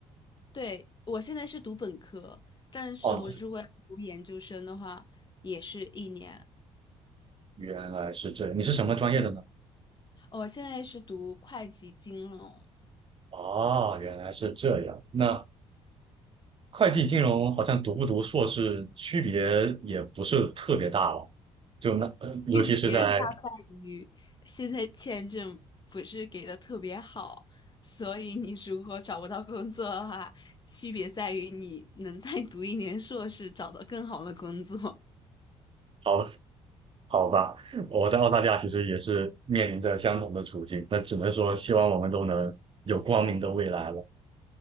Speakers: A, on the left; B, on the right.
A: 对，我现在是读本科，但是我如果要读研究生的话，
B: 哦，
A: 也是一年。
B: 原来是这样，你是什么专业的呢？
A: 哦我现在是读会计金融。
B: 哦，原来是这样。那会计金融好像读不读硕士区别也不是特别大了，就那呃尤其是在
A: 区别它在于现在签证不是给的特别好，所以你如果找不到工作的话，区别在于你能再读一年硕士，找到更好的工作。
B: 好好吧，我在澳大利亚其实也是面临着相同的处境，那只能说希望我们都能有光明的未来了。